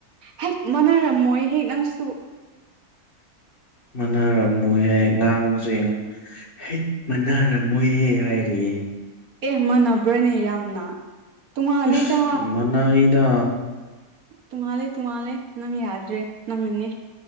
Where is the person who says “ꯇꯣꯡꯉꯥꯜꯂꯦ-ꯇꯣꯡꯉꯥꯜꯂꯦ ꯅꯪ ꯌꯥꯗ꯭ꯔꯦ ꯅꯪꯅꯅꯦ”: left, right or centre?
Right